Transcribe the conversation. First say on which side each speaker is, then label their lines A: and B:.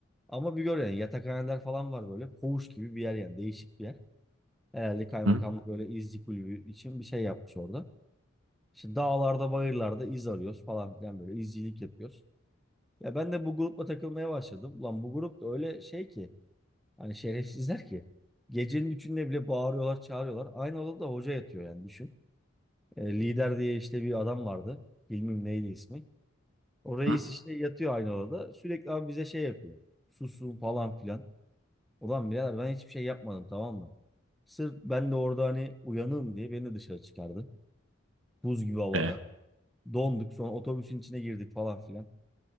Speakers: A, in the centre; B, on the right.
A: Ama bir gör yani yatakhaneler falan var böyle. Koğuş gibi bir yer yani değişik bir yer. Herhalde kaymakamlık
B: Hı?
A: böyle izci kulübü için bir şey yapmış orada. İşte dağlarda bayırlarda iz arıyoruz falan filan böyle izcilik yapıyoruz. Ya ben de bu grupla takılmaya başladım. Lan bu grup da öyle şey ki hani şerefsizler ki. Gecenin üçünde bile bağırıyorlar çağırıyorlar. Aynı odada hoca yatıyor yani düşün. E, lider diye işte bir adam vardı. Bilmem neydi ismi. O reis
B: Hı?
A: işte yatıyor aynı odada. Sürekli abi bize şey yapıyor. Susun falan filan. Ulan birader ben hiçbir şey yapmadım tamam mı? Sırf ben de orada hani uyanığım diye beni dışarı çıkardı. Buz gibi havada.
B: E.
A: Donduk sonra otobüsün içine girdik falan filan.